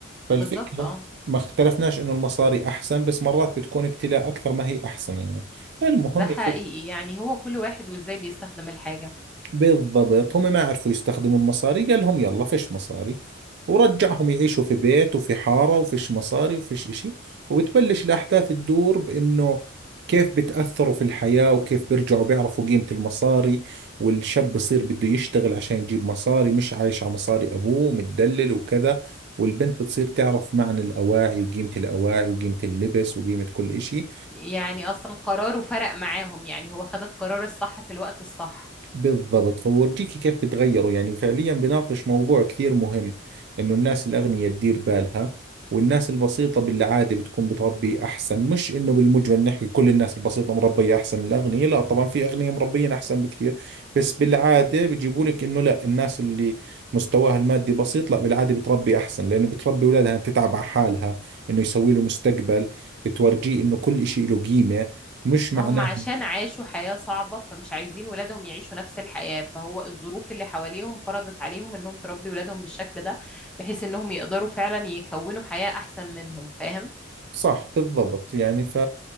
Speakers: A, on the right; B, in the centre.
A: فالفكرة
B: بالظبط اه
A: ما اختلفناش انه المصاري احسن بس مرات بتكون ابتلاء اكثر ما هي احسن يعني المهم
B: ده حقيقي
A: يا ستي
B: يعني هو كل واحد وازاي بيستخدم الحاجة
A: بالضبط هم ما عرفوا يستخدموا المصاري قال لهم يلا فيش مصاري ورجعهم يعيشوا في بيت وفي حارة وفيش مصاري وفيش إشي وبتبلش الأحداث تدور بإنه كيف بتأثروا في الحياة وكيف بيرجعوا بيعرفوا قيمة المصاري والشاب بصير بده يشتغل عشان يجيب مصاري مش عايش على مصاري أبوه متدلل وكذا والبنت بتصير تعرف معنى الأواعي وقيمة الأواعي وقيمة اللبس وقيمة كل إشي
B: يعني أصلا قراره فرق معاهم يعني هو خد القرار الصح في الوقت الصح
A: بالضبط فورجيكي كيف بتغيروا يعني فعليا بناقش موضوع كثير مهم انه الناس الاغنياء تدير بالها والناس البسيطة بالعادة بتكون بتربي احسن مش انه بالمجمل نحكي كل الناس البسيطة مربية احسن من الاغنياء لا طبعا في اغنياء مربيين احسن بكثير بس بالعادة بيجيبوا لك انه لا الناس اللي مستواها المادي بسيط لا بالعادة بتربي احسن لانه بتربي اولادها انها تتعب على حالها انه يسوي له مستقبل بتورجيه انه كل شيء له قيمة مش
B: ما
A: معناه
B: هم عشان عاشوا حياة صعبة فمش عايزين ولادهم يعيشوا نفس الحياة فهو الظروف اللي حواليهم فرضت عليهم انهم تربي ولادهم بالشكل ده بحيث انهم يقدروا فعلا يكونوا حياة احسن منهم فاهم
A: صح بالضبط يعني ف